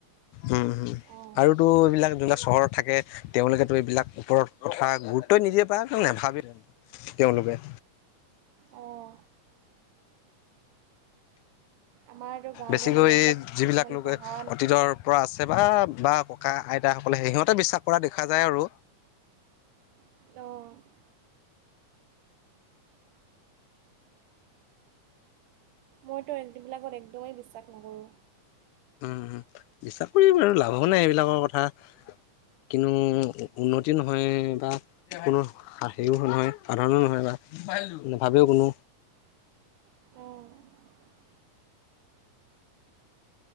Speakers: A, on the left; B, on the right.
A: উম হম
B: অঁ
A: আৰুতো এইবিলাক যোনবিলাক চহৰত থাকে তেওঁলোকেতো এইবিলাক ওপৰত কথা গুৰুত্বই নিদিয়ে বা নাভাবে ও তেওঁলোকে।
B: অঁ। আমাৰতো গাঁৱলীয়া
A: বেছিকৈ
B: মানুহবিলাক
A: যিবিলাক
B: কিছুমান
A: লোকে
B: পঢ়া
A: অতীতৰ পৰা আছে বা বা ককা, আইতাসকলে, সেই সিহঁতে বিশ্বাস কৰা দেখা যায় আৰু।
B: অঁ। মইতো এইবিলাকত একদমেই বিশ্বাস নকৰোঁ।
A: উম, উম, বিশ্বাস কৰিম, আৰু লাভো নাই এইবিলাকৰ কথা। কিন্তু উন্নতি নহয় বা। কোনো হেৰিও নহয়, সাধাৰণো নহয়, বা নাভাবেও কোনো।
B: অ'।